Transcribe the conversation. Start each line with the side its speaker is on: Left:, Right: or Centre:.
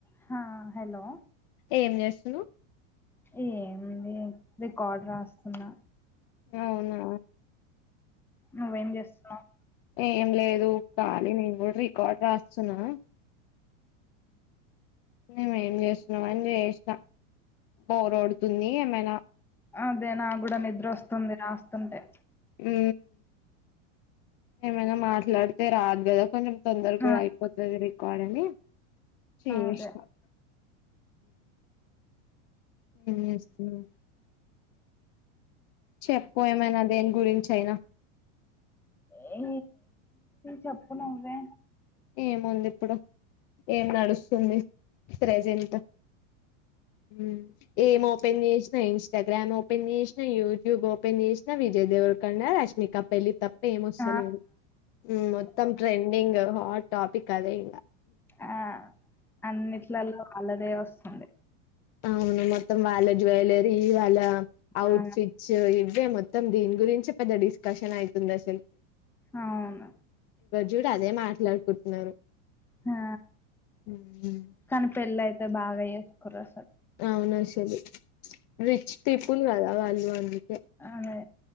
Centre: హా హలో
Left: ఏం చేస్తున్నావ్
Centre: ఏముంది రికార్డు రాస్తున్నా
Left: అవునా
Centre: నువ్వేం చేస్తున్నావ్
Left: ఏం లేదు కాలీ నేను కూడా రికార్డ్ రాస్తున్నా నువ్వు ఏం చేస్తున్నాం అని చేసిన బోర్ కోడుతుంది ఏమైన
Centre: అదే నా కూడ నిద్ర వస్తుంది రాస్తుంటే
Left: ఉ ఏమైనా మాట్లాడితే రాదు కదా కొంచెం తొందరగా కూడ
Centre: ఆ
Left: అయిపోతుది రికార్డు అని చేష్ణ
Centre: అదే
Left: <inaudible> ఏం చేస్తున్నావ్ చెప్పు ఏమైన దేని గురించి అయినా
Centre: ఏ చెప్పు నువ్వే
Left: ఏముంది ఇప్పుడు ఏం నడుస్తుంది ప్రెజెంట్ <inaudible> ఏం ఓపెన్ చేసిన ఇన్ న్స్టాగ్రామ్ ఓపెన్ చేసిన యూట్యూబ్ ఓపెన్ చేసిన విజయ దేవరాకొండ రష్మిక పెళ్ళి తప్ప ఏం వస్తుందిలే
Centre: ఆ
Left: మొత్తం ట్రెండింగ్ హాట్ టాపక్ అదే ఇంక
Centre: ఆ అన్నిట్లలో వాళ్లదే వస్తుంది
Left: అవును మొత్తం వాళ్ళ జ్యువెలరీ వాళ్ళ ఔట్
Centre: ఆ
Left: ఫిట్స్ ఇవే మొత్తం మొత్తం దీని గురించి పెద్ద డిస్కషన్ అవుతుంది అసలు
Centre: అవును
Left: చూడు అదే మాట్లాడుకుంటున్నారు
Centre: ఆ
Left: ఉమ్,
Centre: కానీ పెళ్ళి అయితే బాగా చేసుకుర్రు
Left: అవును అసలు రిచ్ పీపుల్ కదా వాళ్ళు అందుకే
Centre: అదే